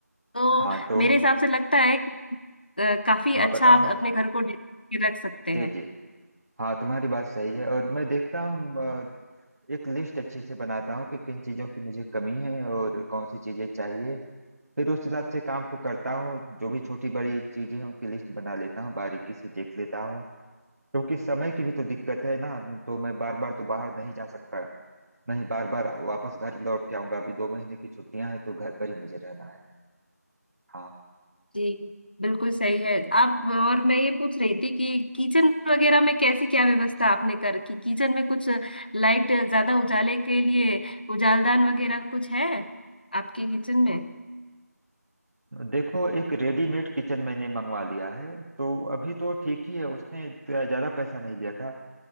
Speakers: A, on the left; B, on the right.
A: तो
B: हाँ तो
A: मेरे हिसाब से लगता है कि अ, काफी
B: हाँ
A: अच्छा
B: बताओ
A: आप अपने घर को डेकोरेट के रख सकते
B: जी
A: हैं
B: जी हाँ तुम्हारी बात सही है और मैं देखता हूँ अ, एक लिस्ट अच्छी से बनाता हूँ कि किन चीज़ों की मुझे कमी है और कौन सी चीज़ें चाहिए फिर उस हिसाब से काम को करता हूँ जो भी छोटी बड़ी चीज़ें हैं उनकी लिस्ट बना लेता हूँ बारीकी से देख लेता हूँ क्योंकि समय की भी तो दिक्कत है ना तो मैं बार बार तो बाहर नहीं जा सकता नहीं बार बार वापस घर लौट के आऊंगा अभी दो महीने की छुट्टियां हैं तो घर पर ही मुझे रहना है हाँ
A: जी बिल्कुल सही है आप और मैं ये पूछ रही थी कि किचन वगैरह में कैसी क्या व्यवस्था आपने कर की किचन में कुछ लाइट ज्यादा उजाले के लिए उजालदान वगैरह कुछ है आपके किचन में
B: देखो एक रेडीमेड किचन मैंने मंगवा लिया है तो अभी तो ठीक ही है उसने ज्यादा पैसा नहीं लिया था